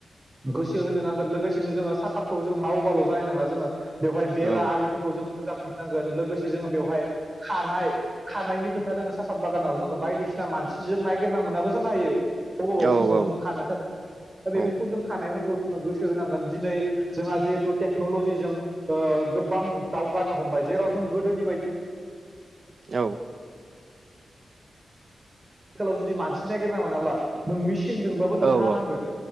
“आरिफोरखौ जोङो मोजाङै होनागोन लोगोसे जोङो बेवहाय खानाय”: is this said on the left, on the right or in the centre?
Right